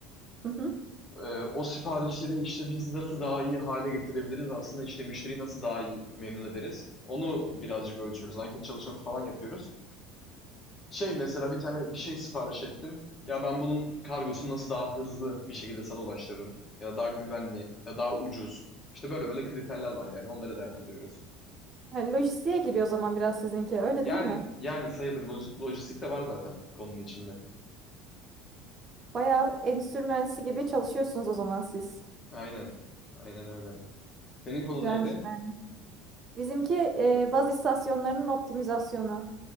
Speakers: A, on the right; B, on the left.
A: Hı hı.
B: Ee, o siparişleri işte biz nasıl daha iyi hale getirebiliriz? Aslında işte müşteriyi nasıl daha iyi memnun ederiz? Onu birazcık ölçüyoruz. Anket çalışması falan yapıyoruz. Şey mesela bir tane bir şey sipariş ettin. Ya ben bunun kargosunu nasıl daha hızlı bir şekilde sana ulaştırırım? Ya daha güvenli, ya daha ucuz. İşte böyle böyle kriterler var yani onları değerlendiriyoruz.
A: Yani lojistiğe giriyor o zaman biraz sizinki. Öyle
B: Yani
A: değil mi?
B: yani sayılır Loji- lojistik de var zaten konunun içinde.
A: Bayağı endüstri mühendisi gibi çalışıyorsunuz o zaman siz.
B: Aynen. Aynen öyle. Senin konun
A: Güzelmiş
B: neydi?
A: ben. Bizimki e, baz istasyonlarının optimizasyonu.